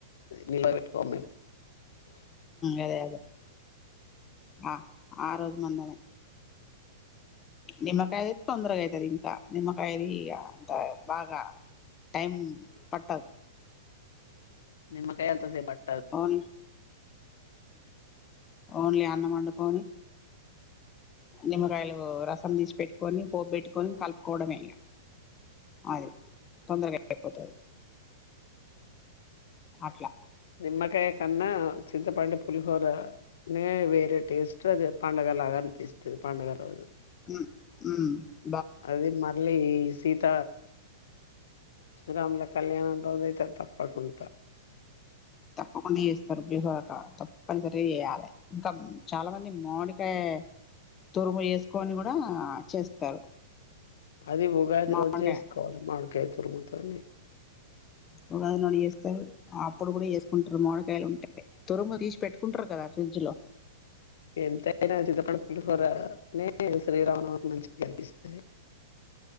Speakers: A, on the left; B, on the left.
A: నిలావిట్కో మేము
B: అదే అదే ఆ ఆ రోజు మందే నిమ్మకాయ తొందరగా అయితది ఇంకా నిమ్మకాయకీ అంత బాగా టైం పట్టదు
A: నిమ్మకాయ అంటే తింటా
B: అవున్ ఓన్లీ అన్నం వండుకోని నిమ్మకాయలు రసం తీసి పెట్టుకొని పోపు పెట్టుకొని కలుపుకోవడమే ఇగ అది తొందరగా అయిపోతుంది అట్లా
A: నిమ్మకాయ కన్నా చింతపండు పులిహోరనే వేరే టేస్ట్ అది పండుగ లాగా అనిపిస్తుంది పండుగ రోజు
B: ఉహ్ ఉహామ్
A: అదే మర్లీ సీత రాముల కళ్యాణం రోజ అయితే తప్పకుండా
B: తప్పకుండా చేస్తారు పులిహో తప్పనిసరి చేయాలి ఇంకా చాలా మంది మామిడికాయ తురుగు వేసుకొని కూడా కూడా చేస్తారు
A: అది ఉగాదిరోజు
B: మామిడికాయ
A: చేస్కోవల్ మాకైతే కాని
B: ఒక న చేస్తారు అప్పుడు కూడా చేసుకుంటారు మామిడికాయలు ఉంటే తురంగ తీసి పెట్టుకుంటారు కదా ఫ్రిడ్జ్ లో
A: ఎంతయినా చిత్రపండు పులిహోరనే శ్రీరావణ మంచి కనిపిస్తుంది